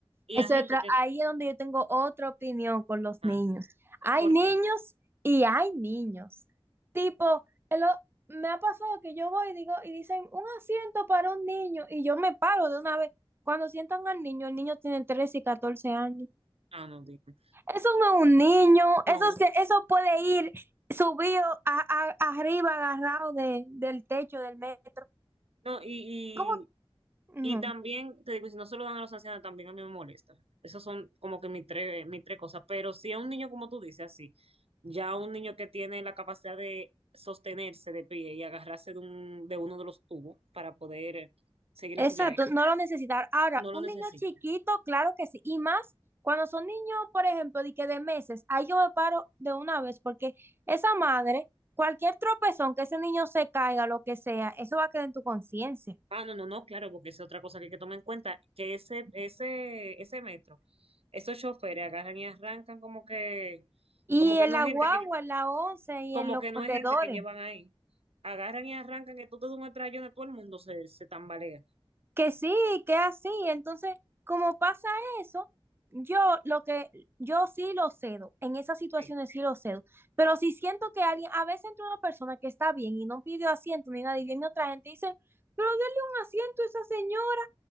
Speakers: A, on the right (about 80°); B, on the right (about 25°).
A: Y
B: Eso
A: a gente
B: es otra-
A: que...
B: ahí es donde yo tengo otra opinión con los
A: Ah,
B: niños. Hay
A: ¿por
B: niños
A: qué?
B: y hay niños. Tipo, el o- me ha pasado que yo voy y digo, y dicen un asiento para un niño, y yo me paro de una vez. Cuando sientan al niño, el niño tiene 13 y 14 años.
A: Ah, no, dime.
B: Eso no es un niño,
A: No,
B: eso, se- eso puede ir subido a- a- arriba, agarrado de, del techo del metro.
A: no, y,
B: ¿Cómo? No.
A: Y también, te digo, y si no se lo dan a los ancianos, también a mí me molesta. Esas son como que mis tres, mis tres cosas. Pero si a un niño, como tú dices, así, ya un niño que tiene la capacidad de sostenerse de pie y agarrarse de, un, de uno de los tubos para poder eh, seguir
B: Exacto,
A: en su viaje,
B: no lo necesitar. Ahora,
A: no lo
B: un
A: necesita.
B: niño chiquito, claro que sí. Y más cuando son niños, por ejemplo, de que de meses, ahí yo me paro de una vez, porque esa madre, cualquier tropezón que ese niño se caiga, lo que sea, eso va a quedar en tu conciencia.
A: Ah, no, no, no, claro, porque esa es otra cosa que hay que tomar en cuenta, que ese, ese, ese metro, esos choferes agarran y arrancan como que,
B: Y
A: como que
B: en
A: no
B: la
A: es
B: guagua,
A: gente que
B: en la once y
A: como
B: en los
A: que
B: corredores.
A: no es gente que llevan ahí. Agarran y arrancan, que tú te das un estrellón de todo el mundo se, se tambalea.
B: que sí, que así. Entonces, como pasa eso, yo lo que yo sí lo cedo, en esas situaciones
A: Sí.
B: sí lo cedo, pero si siento que alguien, a veces entre una persona que está bien y no pidió asiento ni nada y viene otra gente y dice, pero denle un asiento a esa señora.